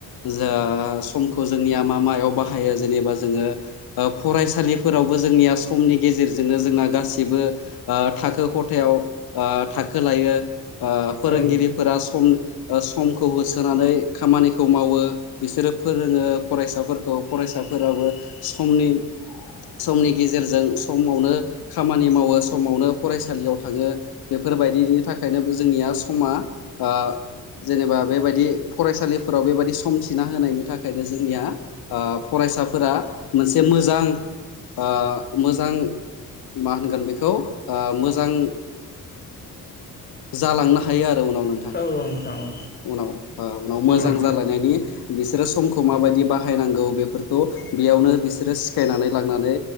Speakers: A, on the left; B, on the left.
A: ओ समखौ जोंनिया मा मायाव बाहायो जेनेबा जोङो ओ फरायसालिफोरावबो जोंनिया समनि गेजेर जेरजोंनो जोंना गासिबो थाखो खथायाव ओ थाखो लायो ओ फोरोंगिरिफोरा
B: औ
A: सम ओ समखौ होसोनानै खामानिखौ मावो बिसोरो फोरोङो फराय साफोरखौ फरायसाफोराबो समनि समनि गेजेरजों समावनो खामानि मावो समावनो फरायसालियाव थाङो बेफो फोर बायदिनि थाखायनोबो जोंनिया समा ओ जेनेबा बेबायदि फरायसालिफोराव बेबायदि सम थिना होनायनि था खायनो जोंनिया ओ फरायसाफोरा मोनसे मोजां ओ मोजां मा होनगोन बेखौ ओ मोजां जालांनो हायो आरो उनाव नोंथां
B: औ नोंथां औ
A: उनाव उनाव
B: नंगौ
A: मोजां जालायनायनि
B: नंगौ
A: बिसोरो समखौ माबायदि बाहायनांगौ बेफोरखौ बेयावनो बिसोरो सिखायनानै लांनानै